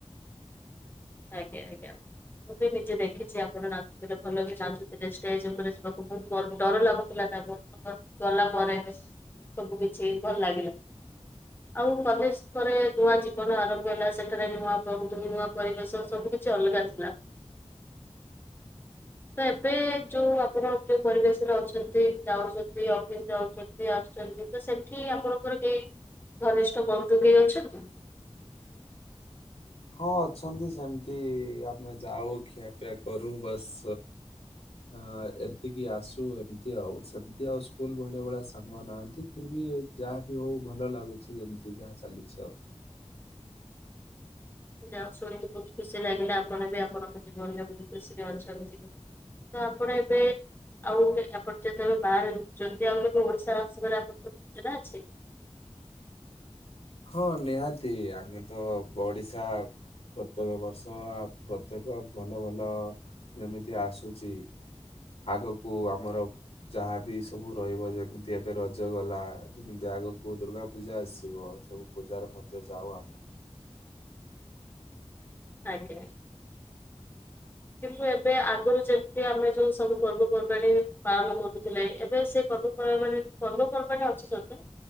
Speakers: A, on the left (about 20°); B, on the left (about 70°).
A: ଆଜ୍ଞା ଆଜ୍ଞା। ମୁଁ ବି ନିଜେ ଦେଖିଛି ଆପଣ ନାଚୁଥିଲେ, ଭଲ ନାଚୁଥିଲେ। ଷ୍ଟେଜ ଉପରେ ଯିବାକୁ ବହୁତ ଡର ଲାଗୁ <unintelligible> ଗଲା ପରେ ସବୁ କିଛି ଭଲ ଲାଗିଲା। ଆଉ କଲେଜ ପରେ ନୂଆ ଜୀବନ ଆରମ୍ଭ ହେଲା। ସେଠାରେ ନୂଆ, <unintelligible> ନୂଆ ପରିବେଶ ସବୁ କିଛି ଅଲଗା ଥିଲା। ତ ଏବେ ଯୋଉ ଆପଣ ଯୋଉ ପରିବେଶରେ ଅଛନ୍ତି, ଯାଉଛନ୍ତି ଅଫିସ ଯାଉଛନ୍ତି ଆସୁଛନ୍ତି ତ ସେଠି ଆପଣଙ୍କର କେହି ଘନିଷ୍ଠ ବନ୍ଧୁ କେହି ଅଛନ୍ତି?
B: ହଁ ଅଛନ୍ତି ସେମିତି, ଆମେ ଯାଉ ଖିଆପିଆ କରୁ ବାସ୍ ଅ ଏମତିକି ଆସୁ ଏମିତି ଆଉ ସେମିତି ଆଉ ସ୍କୁଲ ଭଳିଆ ଭଳିଆ ସାଙ୍ଗ ନାହାନ୍ତି। ଫିର୍ ବି ଯାହା ବି ହଉ ଭଲ ଲାଗୁଛି ଯେମିତି ଯାହା ଚାଲିଛି ଆଉ।
A: ଯାହା ହେଉ ଶୁଣିକି ବହୁତ ଖୁସି ଲାଗିଲା ଆପଣ ବି ଆପଣଙ୍କ ଜୀବନରେ ବହୁତ ଖୁସିରେ ଅଛନ୍ତି। ତ ଆପଣ ଏବେ <unintelligible>
B: ହଁ ନିହାତି। ଆମେ ତ ଓଡିଶା ପ୍ରତ୍ୟେକ ବର୍ଷ ପ୍ରତ୍ୟେକ ଭଲ ଭଲ ଯେମିତି ଆସୁଛି ଆଗକୁ ଆମର ଯାହାବି ସବୁ ରହିବ ଯେମିତି ଏବେ ରଜ ଗଲା ଯେମିତି ଆଗକୁ ଦୁର୍ଗା ପୂଜା ଆସିବ ସବୁ ପୂଜାରେ ମଧ୍ୟ ଯାଉ ଆମେ।
A: ଆଜ୍ଞା ଆଜ୍ଞା। କିନ୍ତୁ ଏବେ ଆଗରୁ ଯେମିତି ଆମେ ଯୋଉ ସବୁ ପର୍ବପର୍ବାଣି ପାଳନ କରୁଥିଲେ, ଏବେ ସେ ପର୍ବପର୍ବାଣୀ ପର୍ବପର୍ବାଣୀ ଅଛି ସତ,